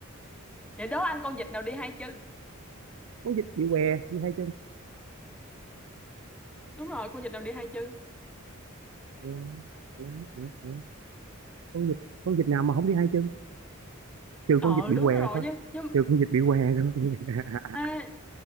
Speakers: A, in the centre; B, on the right.
A: để đố anh con vịt nào đi hai chân
B: con vịt bị què đi hai chân
A: đúng rồi con vịt nào đi hai chân
B: Ờ, ờ, ờ, ờ. con vịt con vịt nào mà không đi hai chân trừ
A: ờ
B: con vịt bị
A: đúng
B: què
A: rồi
B: thôi
A: nhé nhưng
B: trừ con vịt bị què thôi <laughs>
A: à,